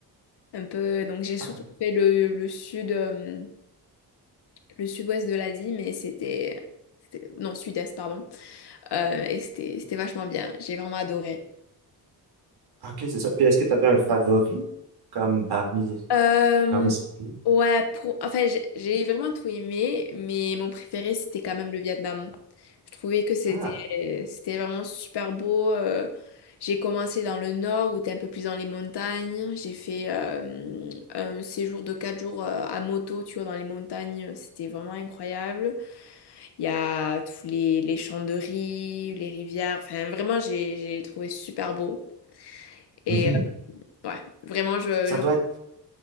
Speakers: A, on the left; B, on the right.
A: un peu. Donc j'ai surtout
B: Ah,
A: fait le, le sud, euh, le sud-ouest de l'Asie, mais c'était, c'était- non, sud-est, pardon. Euh, et c'était, c'était vachement bien. J'ai vraiment adoré.
B: ok, c'est ça. Puis est-ce que tu avais un favori comme parmi,
A: Euh,
B: parmi ces pays?
A: ouais, pour, enfin, j'ai j'ai vraiment tout aimé, mais mon préféré, c'était quand même le Vietnam. Je trouvais que c'était,
B: Ah,
A: c'était vraiment super beau. euh, j'ai commencé dans le nord, où t'es un peu plus dans les montagnes. J'ai fait euh, un séjour de quatre jours euh, à moto, tu vois, dans les montagnes. C'était vraiment incroyable. Il y a tous les, les champs de riz, les rivières. Enfin, vraiment, j'ai, j'ai trouvé super beau. Et
B: mhm.
A: euh, ouais, vraiment, je,
B: Ça
A: je
B: doit
A: recommande
B: être.